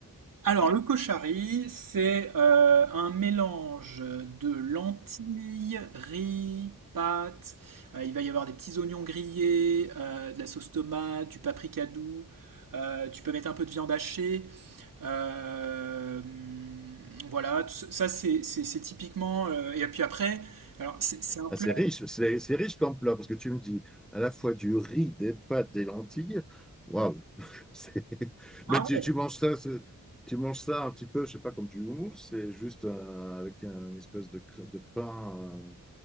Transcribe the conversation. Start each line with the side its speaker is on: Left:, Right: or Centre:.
Right: alors le koshari, c'est euh, un mélange de lentilles, riz, pâtes. euh, il va y avoir des petits oignons grillés, euh, de la sauce tomate, du paprika doux. euh, tu peux mettre un peu de viande hachée. Euh, voilà, ça c'est c'est- c'est typiquement. euh, et puis après, alors c'est c'est un plat.
Centre: Ah, c'est riche. C'est c'est riche comme plat parce que tu me dis à la fois du riz, des pâtes, des lentilles. Waouh, C'est- <laughs>
Right: Ah
Centre: Mais tu,
Right: ouais.
Centre: tu manges ça, c'est- tu manges ça un petit peu, je sais pas, comme du houmous, c'est juste euh, avec un espèce de, crê- de pain euh,